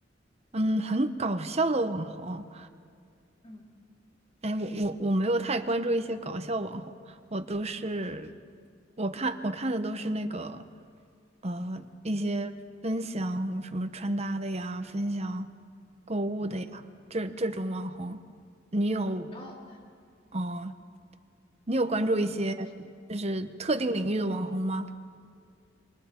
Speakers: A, on the right (about 35°); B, on the left (about 30°).
A: 嗯，很搞笑的网红。
B: 嗯
A: 哎，我我我没有太关注一些搞笑网红，我都是我看我看的都是那个呃一些分享什么穿搭的呀，
B: 嗯
A: 分享购物的呀，
B: 嗯，
A: 这这种网红，你有
B: 哦，那
A: 哦，你有关注一些
B: 那他们属于
A: 是特定领域的网红吗？
B: 嗯